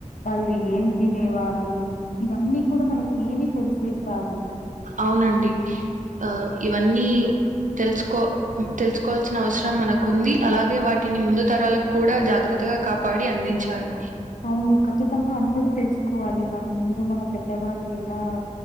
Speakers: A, on the left; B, on the right.
A: వాళ్ళు ఏం తినేవాళ్ళు ఇవన్నీ కూడా మనకి ఏమి తెలిసేవి కాదు
B: అవునండి ఆ ఇవన్నీ తెలుసుకో తెలుసుకోవాల్సిన అవసరం మనకుంది అలాగే వాటిని ముందు తరాలకు కూడా జాగ్ర త్తగా కాపాడి అందించాలి
A: అవును ఖచ్చితంగా అందరూ తెలుసుకోవాలి మనం ముందు మన పెద్దవాళ్ళు ఎలా